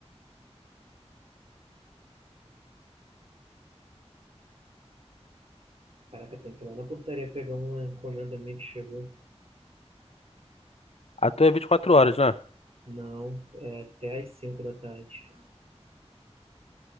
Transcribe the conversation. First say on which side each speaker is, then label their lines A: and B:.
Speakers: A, on the right (about 60°); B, on the left (about 65°).
A: Caraca, tem que ir lá na portaria pegar uma encomenda minha que chegou.
B: A tua é 24 horas, né?
A: Não, é até às 5 da tarde.